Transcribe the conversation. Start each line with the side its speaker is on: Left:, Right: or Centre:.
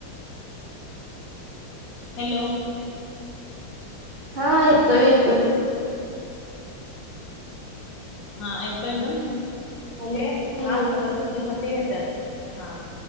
Left: हॅलो!
Right: हा येतोय येतोय.
Left: हा येतोय ना,
Right: हॅलो
Left: ते खास
Right: हम्म
Left: रथउत्सव साठी येत्यात,, हा.